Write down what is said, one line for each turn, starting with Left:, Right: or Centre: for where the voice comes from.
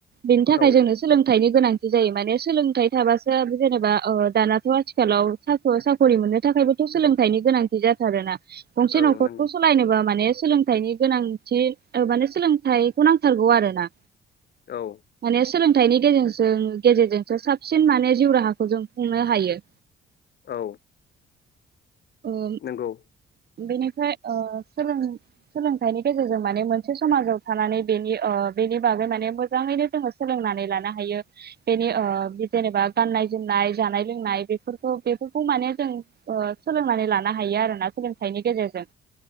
Right: बेनि थाखाय
Left: औ
Right: जोंनो सोलोंथाइनि गोनांथि जायो माने सोलोंथाइ थाबासो जेनेबा ओ दानाथ' आथिखालाव साख' साख खरि मोननो थाखायबो थ' सोलोंथाइनि गोनांथि जाथारोना गंसे
Left: औ
Right: न'खरखौ
Left: नंगौ
Right: सलायनोबो माने सोलोंथाइनि गोनांथि ओ माने सोलोंथाइखौ नांथारगौ आरोना
Left: औ
Right: माने सोलोंथाइनि गेजेरजों गेजेरजोंसो साबसिन माने जिउ राहाखौ जों खुंनो हायो।
Left: औ
Right: ओ
Left: नोंगौ।
Right: बेनिफ्राय ओ सोलों सोलोंथाइनि गेजेरजों माने मोनसे समाजाव थानानै बेनि ओ बेनि बागै माने मोजाङैनो जोङो सोलोंनानै लानो हायो बेनि ओ जेनेबा गाननाय जोमनाय जानाय लोंनाय बेफोरखौ बेफोरखौ माने जों ओ सोलोंनानै लानो हायो आरोना सोलों थाइनि गेजेरजों